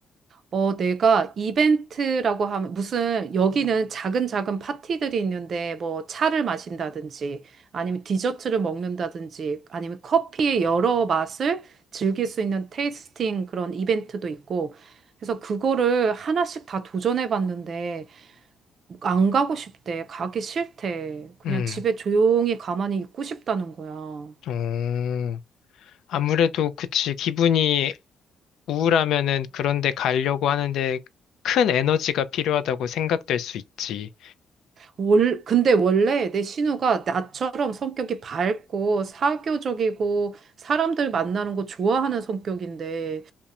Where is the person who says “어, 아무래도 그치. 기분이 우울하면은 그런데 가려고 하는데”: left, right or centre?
Left